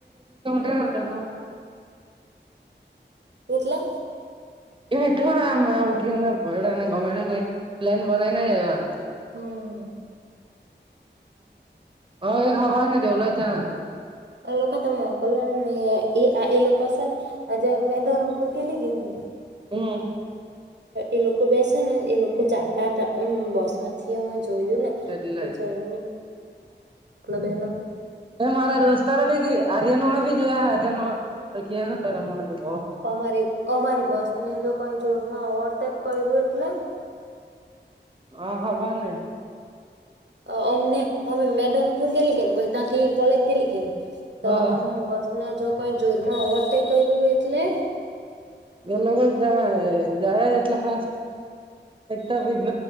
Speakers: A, on the right; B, on the right.
A: <unintelligible>
B: એટલે.
A: એ એટલા આમ ઉઠયા નાને પલાને ગમે કઈ પ્લાન બનાઈને જાયવા
B: હમ
A: અમારે ખબર ને દેવલા ચાહા
B: એ લોકો તો મોકલવાના નહીં એ એ લોકો સે ને આજ મેં ધરમપુર ગેલી કેની
A: હમ
B: એ લોકો બેસે ને એ લોકો જાતા હતામ બસમાં થી અમે જોયું ને
A: એટલે
B: તો જી
A: જ
B: બે
A: એ મારા દોસ્તાર ભી ગયા હરિયાણા વાળા ભી જોયા હરિયાણા તો ક્યાં ગયા ત્યારે મને બઉ
B: અમારી અમારી બસ ને જો કઈ જોરમાં ઓવરટેક કર્યું એટલે
A: હા ખબરને
B: અ અમને અમે મે ધરમપુર ગએલી કે કો ત્યાંથી કોલેજ ગએલી કે તો
A: હા
B: અમારે બસ જો કંઈ જોરમાં ઓવરટેક કર્યું એટલે
A: એ લોકો જાય એટલાાસ એક બજટ